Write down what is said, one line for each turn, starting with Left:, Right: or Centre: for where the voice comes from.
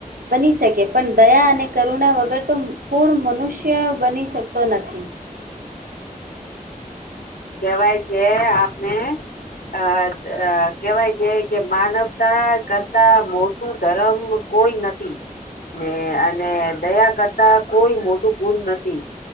Right: બની શકે. પણ દયા અને કરુણા વગર તો પૂ પૂર્ણ મનુષ્ય બની શકતો નથી.
Left: કેવાય છે, આપને અ અ કેહેવાય છે કે માનવતા કરતા મોટું ધરમ કોઈ નથી, ને અને દયા કરતા કોઈ મોટું ગુણ નથી.